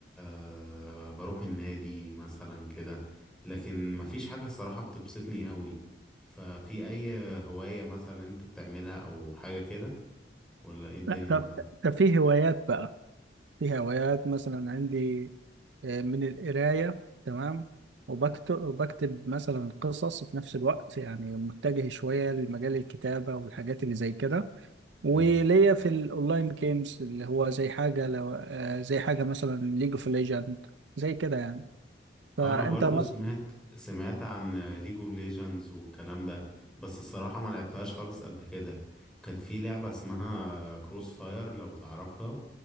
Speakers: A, in the centre; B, on the right (about 70°).
A: آه، بروح النادي مثلا كده لكن مفيش حاجه الصراحه بتبسطني قوي ففي اي هوايه مثلا انت بتعملها او حاجه كده ولا ايه الدنيا
B: طب
A: معاك
B: طب في هوايات بقى في هوايات مثلا عندي آه، من القراية تمام وبكتب وبكتب مثلا قصص في نفس الوقت يعني متجه شوية لمجال الكتابة والحاجات اللي زي كده وليا
A: مم.
B: في الاونلاين جيمز اللي هو زي حاجة لو آه، زي حاجة مثلا ليج اوف ليجند زي كده يعني فانت
A: انا برضو
B: مثلا
A: سمعت سمعت عن ليج اوف ليجندز والكلام ده بس الصراحة ما لعبتهاش خالص قبل كده كانت في لعبة اسمها كروس فاير لو تعرفها